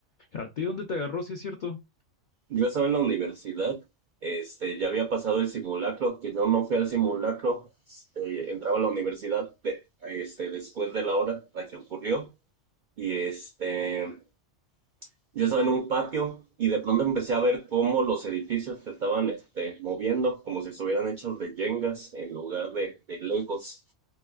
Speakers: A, on the left; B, on the right.
A: ¿A ti dónde te agarró, si es cierto?
B: Yo estaba en la universidad. Este, ya había pasado el simulacro, que yo no fui al simulacro. Este, entraba a la universidad de- este, después de la hora la que ocurrió. Y este, Yo estaba en un patio y de pronto empecé a ver cómo los edificios se estaban este, moviendo, como si estuvieran hechos de yengas en lugar de, de legos.